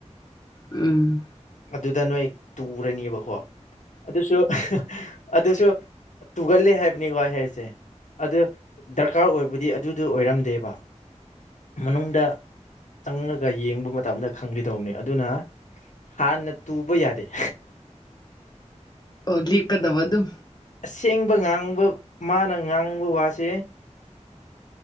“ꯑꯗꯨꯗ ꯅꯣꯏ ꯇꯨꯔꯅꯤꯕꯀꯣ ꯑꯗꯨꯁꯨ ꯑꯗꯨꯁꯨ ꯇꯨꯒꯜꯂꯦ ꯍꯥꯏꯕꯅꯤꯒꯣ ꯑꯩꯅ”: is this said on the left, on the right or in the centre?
Left